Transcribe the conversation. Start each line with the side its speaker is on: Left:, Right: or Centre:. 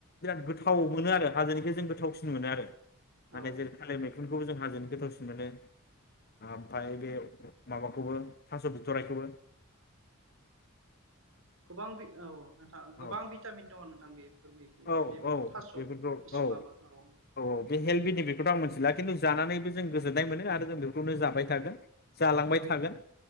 Left: बिराद गोथाव मोनो आरो हाजोनिखौ जों गोथावसिन मोनो आरो माने
Right: औ
Left: जेरै थालिर मैखुन खौबो जों हाजोनिखौ गोथावसिन मोनो ओमफ्राय बे माबाखौबो थास' बिथ'रायखौबो।
Right: गोबां भि औ नोंथां गोबां
Left: औ
Right: भिटामिन दङ नोंथां बेफोर मैगङाव।
Left: औ
Right: बे मै
Left: औ
Right: थास'
Left: बेफोरखौ
Right: बिसुङाबो
Left: औ
Right: औ
Left: बे हेलट बेनिफिटखौथ' आं मिथि ला खिनथु जानानैबो जों गोजोन्नाय मोनो आरो जों बे खौनो जाबाय थागोन जालांबाय
Right: औ
Left: थागोन